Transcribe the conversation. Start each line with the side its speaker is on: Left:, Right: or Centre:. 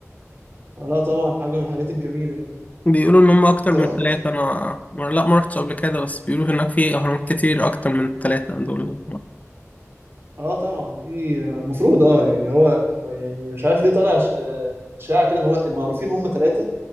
Right: آه لا طبعا حاجه من الحاجات الجميله يعني
Left: بيقولوا ان هم اكتر
Right: انت
Left: من
Right: رحت
Left: ثلاثة انا ما- لا ما رحتش قبل كده بس بيقولوا هناك في اهرامات كتير اكتر من الثلاثة دول
Right: اه طبعا في المفروض اه يعني هو يعني مش عارف ليه طالع ش- آه، اشاعه كده ان هو المعروفين هم ثلاثه